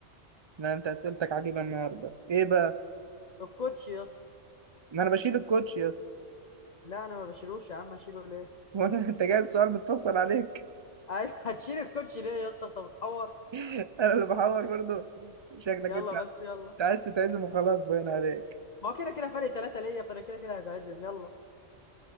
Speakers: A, on the right; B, on the left.
A: لا انت اسئلتك عجيبه النهارده ايه بقى
B: الكوتش يا اسطى
A: ما انا بشيل الكوتش يا اسطى
B: لا انا ما بشيلوش يا عم اشيله ليه
A: هو انا <laughs> انت جايب سؤال متفصل عليك
B: ايوه <laughs> هتشيل الكوتش ليه يا اسطى انت بتحور
A: <laughs> انا اللي بحور برضه شكلك
B: يلا
A: انت انت
B: بس يلا
A: عايز تتعزم وخلاص باين عليك
B: ما هو كده كده فرق ثلاثة ليا فانا كده كده هتعزم يلا